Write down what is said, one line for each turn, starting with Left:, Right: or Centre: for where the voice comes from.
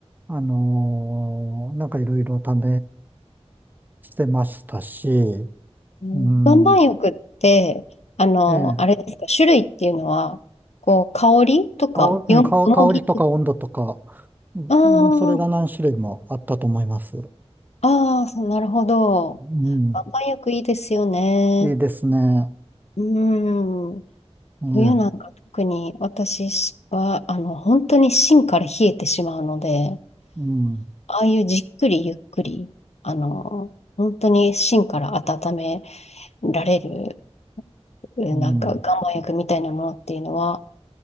Right: あのーなんかいろいろ試してましたし、
Left: うん岩盤浴って、
Right: うん、
Left: あの、
Right: ええ、
Left: あれですか、種類っていうのは、こう、香りとか、
Right: 香、うん香香りとか温度とか、
Left: よ、よもぎとか、ああ、
Right: うん、それが何種類もあったと思います。
Left: ああ、そう、なるほど。
Right: うん、
Left: 岩盤浴いいですよね。
Right: いいですね。
Left: うん。
Right: ええ、
Left: 冬なんか特に私は、あの、本当に芯から冷えてしまうので、
Right: うん、
Left: ああいうじっくりゆっくり、あの、本当に芯から温められる、なんか岩盤浴みたいなものっていうのは、
Right: うん、